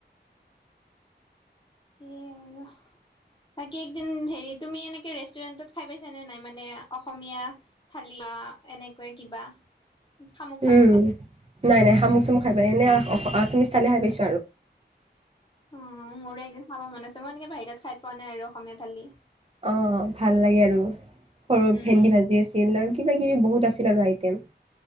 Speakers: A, on the left; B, on the right.
A: সেইয়াই আৰু। বাকী একদিন হেৰি তুমি এনেকে ৰেষ্টুৰেন্টত খাই পাইছ নে নাই মানে অসমীয়া থালি বা এনেকুৱা কিবা?
B: <inaudible>
A: শামুক চামুক
B: উম
A: যে।
B: নাই নাই শামুক চামুক খাই নাই পোৱা, এনে অখ আছামিছ থালি খাই পাইছো।
A: অ মোৰো একদিন খাব মন আছে। মই এনেকে বাহিৰত খাই পোৱা নাই আৰু অসমীয়া থালি।
B: অঁ ভাল লাগে আৰু। সৰু
A: উম
B: ভেন্দি ভাজি আছিল আৰু কিবা কিবি বহুত আছিল আৰু আইটেম।